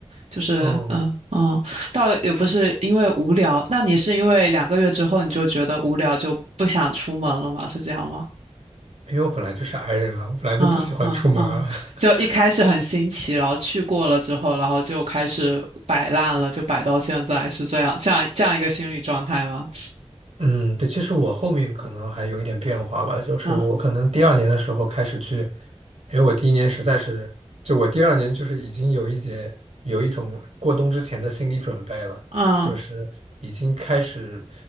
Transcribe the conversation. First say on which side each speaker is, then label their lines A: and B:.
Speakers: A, on the right (about 80°); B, on the right (about 70°).
A: 就是嗯嗯，
B: 嗯，
A: 倒也不是因为无聊，那你是因为两个月之后你就觉得无聊就不想出门了吗？是这样吗？
B: 因为我本来就是 i 人啊，我本来就不喜欢出门啊。
A: 嗯嗯嗯，
B: <laughs>
A: 就一开始很新奇，然后去过了之后，然后就开始摆烂了，就摆到现在，是这样，这样这样一个心理状态吗？
B: 嗯，对，其实我后面可能还有一点变化吧，就是我可能第二年的时候开始去，
A: 嗯。
B: 因为我第一年实在是，就我第二年就是已经有一节有一种过冬之前的心理准备了，
A: 嗯
B: 就是已经开始，